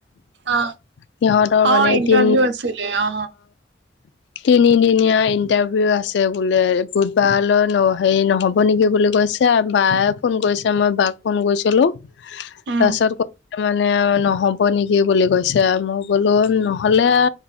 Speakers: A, on the right; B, on the left.
A: অ
B: সিহঁতৰ। মানে
A: অ ইণ্টাৰভিউ
B: তিন
A: আছিলে অ
B: তিনি দিনীয়া ইন্টাৰভিউ আছে বোলে বুধবাৰলৈ হেৰি নহব নেকি বুলি কৈছে। ছে বায়ে ফোন কৰিছে মই বাক ফোন কৰিছিলো
A: উম
B: তাৰ পিছত। মানে নহব নেকি বুলি কৈছে মই বোলো নহলে।